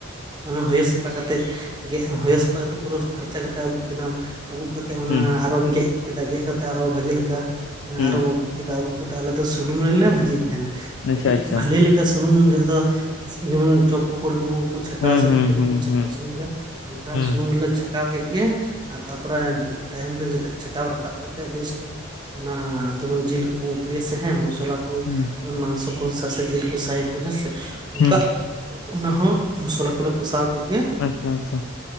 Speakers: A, on the right; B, on the left.
A: ᱚᱱᱟ ᱦᱚᱭᱚ ᱥᱟᱯᱷᱟ ᱠᱟᱛᱮᱜ ᱜᱮᱜ ᱦᱚᱭᱚ ᱥᱟᱯᱷᱟ ᱠᱟᱛᱮᱜ ᱯᱩᱨᱟᱹ ᱯᱷᱟᱨᱪᱟ ᱠᱟᱛᱮᱜ ᱟᱹᱵᱩᱜ ᱠᱮᱫᱟᱢ᱾ ᱟᱵᱩᱠ ᱠᱟᱛᱮᱜ ᱚᱱᱟ
B: ᱦᱩᱸ
A: ᱟᱨᱚᱢ ᱜᱮᱜ ᱠᱮᱫᱟ ᱜᱮᱜ ᱠᱟᱛᱮᱜ ᱟᱨᱚ ᱵᱷᱟᱜᱮ ᱞᱮᱠᱟ
B: ᱦᱩᱸ
A: ᱟᱨᱚᱢ ᱟᱵᱩᱜ ᱠᱮᱫᱟ᱾ ᱠᱟᱛᱮᱜ ᱟᱞᱮ ᱫᱚ ᱥᱩᱱᱩᱢ ᱨᱮᱞᱮ ᱵᱷᱟᱹᱡᱤᱭ ᱛᱟᱦᱮᱱᱟ ᱠᱟᱹᱴᱤᱡ
B: ᱟᱪᱪᱷᱟ ᱟᱪᱪᱷᱟ
A: ᱵᱷᱟᱞᱮ ᱞᱮᱠᱟ ᱥᱩᱱᱩᱢ ᱡᱟᱦᱟᱸ ᱫᱚ ᱡᱮᱢᱚᱱ ᱪᱚᱯ ᱯᱚᱠᱚᱲᱤ ᱠᱚ ᱠᱚ ᱪᱷᱟᱠᱟᱣᱟ
B: ᱦᱩᱸ
A: ᱥᱮ
B: ᱦᱩᱸ
A: ᱯᱤᱴᱷᱟᱹ
B: ᱦᱩᱸ
A: ᱠᱚᱵᱚᱱ ᱪᱷᱟᱠᱟᱣᱟ
B: ᱦᱩᱸ
A: ᱥᱩᱱᱩᱢ ᱨᱮ ᱚᱝᱠᱟ
B: ᱦᱩᱸ
A: ᱥᱩᱱᱩᱢᱞᱮ ᱪᱷᱟᱸᱠᱟᱣ ᱠᱮᱜ ᱜᱮ ᱟᱨ ᱛᱟᱯᱚᱨᱮ ᱛᱟᱭᱚᱢ ᱛᱮ ᱡᱚᱛᱚᱡ ᱪᱷᱟᱠᱟᱣ ᱨᱟᱠᱟᱵ ᱠᱟᱛᱮᱜ ᱵᱮᱥᱴᱤᱠ᱾ ᱚᱱᱟ ᱡᱮᱢᱚᱱ ᱡᱮᱞ ᱠᱚᱵᱚᱱ ᱩᱛᱩᱭᱟᱥᱮ ᱦᱮᱸ ᱢᱚᱥᱚᱞᱟ ᱠᱚ
B: ᱦᱩᱸ
A: ᱡᱮᱢᱚᱱ ᱢᱟᱝᱥᱚ ᱠᱚᱥᱟ ᱥᱮ ᱡᱮᱞ ᱠᱚᱥᱟᱭᱟᱠᱚ ᱦᱮᱸᱥᱮ ᱚᱝᱠᱟ
B: ᱦᱩᱸ
A: ᱚᱱᱟ ᱦᱚᱸ ᱢᱚᱥᱞᱟ ᱠᱚᱞᱮ ᱠᱚᱥᱟᱣ ᱠᱮᱜ ᱜᱮ᱾
B: ᱟᱪᱪᱷᱟ ᱟᱪᱪᱷᱟ᱾